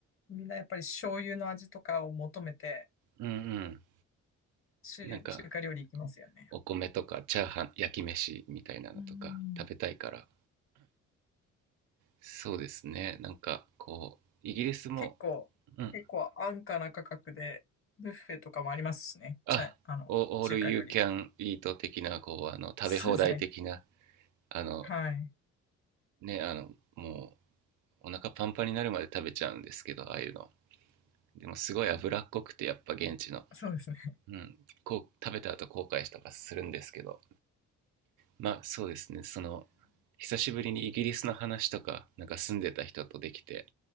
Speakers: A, on the left; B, on the right.
A: みんなやっぱり醤油の味とかを求めて、
B: うんうん
A: 中、
B: なんか
A: 中華料理行きますよね。
B: お米とかチャーハン焼き飯みたいなのとか食べたいから
A: うん。
B: そうですねなんかこうイギリスも、
A: 結構、
B: うん、
A: 結構安価な価格で、ブッフェとかもありますしね。
B: あオールユーキャンイート的なこうあの食べ放題的な
A: ちゃ、あの、中華料理で。そうですね。
B: あの
A: はい。
B: ねあのもうお腹パンパンになるまで食べちゃうんですけどああいうのでもすごい脂っこくてやっぱ現地の
A: そうですね。
B: うん、こう食べた後後悔したとかするんですけどまあそうですねその久しぶりにイギリスの話とかなんか住んでた人とできて